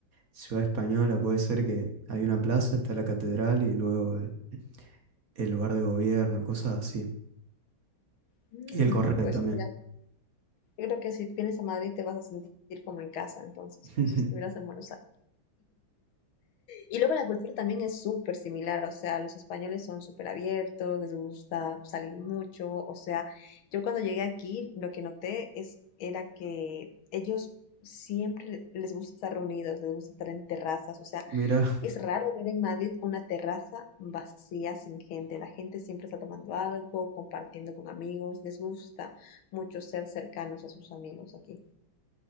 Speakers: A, on the right; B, on the left.
A: ciudad española, puede ser que hay una plaza, está la catedral y luego el, el lugar de gobierno, cosas así.
B: Mm,
A: Y el correo
B: pues
A: también.
B: mira, yo creo que si vienes a Madrid te vas a sentir como en casa, entonces,
A: <laughs>
B: como si estuvieras en Buenos Aires. Y luego la cultura también es súper similar, o sea, los españoles son súper abiertos, les gusta salir mucho, o sea, yo cuando llegué aquí lo que noté es, era que ellos siempre le- les gusta estar reunidos, les gusta estar en terrazas, o sea,
A: mira
B: es raro ver en Madrid una terraza vacía sin gente. La gente siempre está tomando algo, compartiendo con amigos. Les gusta mucho ser cercanos a sus amigos aquí.